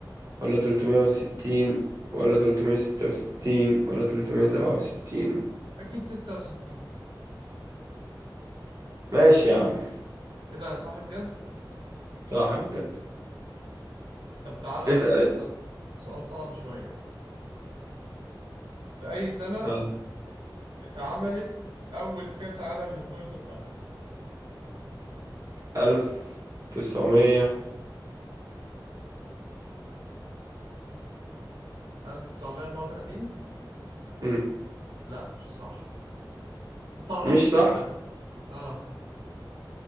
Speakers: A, on the right; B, on the right.
A: ولا 360 ولا 366 ولا 367
B: اكيد 66
A: ماشي يا عم
B: ايه ده يا صاحب بجد
A: صح بجد
B: طب تعالى
A: اسأل
B: سؤال
A: انت.
B: سؤال صعب شوية في اي سنة
A: يلا
B: اتعملت اول كأس عالم لكرة القدم
A: 1934
B: 1934
A: امم
B: لا مش صح انت قربت
A: مش
B: جدا
A: صح
B: اه